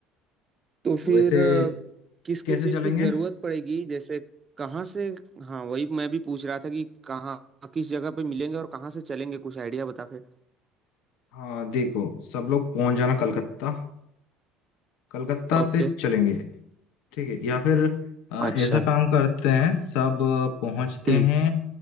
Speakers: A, on the right; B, on the left.
A: तो फिर
B: वैसे
A: अ, किस किस
B: कैसे
A: चीज
B: चलेंगे
A: की जरूरत पड़ेगी जैसे कहाँ से हाँ वही मैं भी पूछ रहा था कि कहाँ किस जगह पे मिलेंगे और कहाँ से चलेंगे कुछ आइडिया बता फिर
B: हाँ देखो सब लोग पहुंच जाना कलकत्ता कलकत्ता
A: ओके
B: से चलेंगे ठीक है या फिर अ,
A: अच्छा
B: ऐसा काम करते हैं सब अ, पहुंचते
A: हम्म
B: हैं